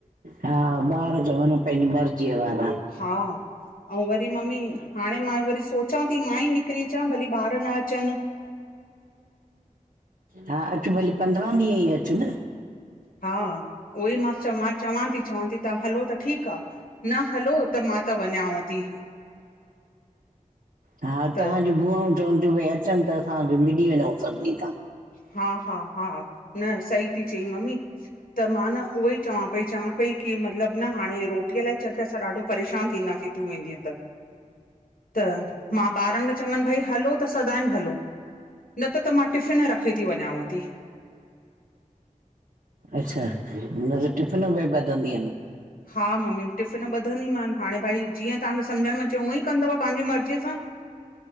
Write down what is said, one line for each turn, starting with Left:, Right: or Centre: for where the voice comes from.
Right: हा ॿार चवनि पंहिंजी मर्जीअ वारा।
Left: हा, आऊं वरी मम्मी हाणे मां वरी सोचां थी मां ई निकरी अचां भली ॿार न अचन।
Right: हा अचु भलीे पंद्रहं ॾींहं ई अचु न।
Left: हा उहो ई मां च मां चवां थी चवां थी। तां हलो त ठीक आ न हलो त मां त वञांव थी।
Right: हा
Left: त
Right: तव्हांजू बुआऊं चवनि थियूं भई अचनि त असां बि मिली वञऊं सभिनी सां।
Left: हा हा हा न सही थी चई मम्मी। त मां न उहोई चवां पई चवां पई की मतलब न हाणे रोटीअ लाइ चरफेस ॾाढो परेशान थींदासीं। तूं वेंदीअ त। त मां ॿारन खे चमन भई हलो त सदाईं हलो न त त मां टिफ़िन रखी। ती वञयाव ती।
Right: अच्छा न त टिफ़िन में बधंदीयन।
Left: हा मम्मी टिफ़िन ॿधंदीमान हाणे भाई जीअं तांन्जे सम्झ में अचे उअं ई कंदव पांजे मर्ज़ीअ सां।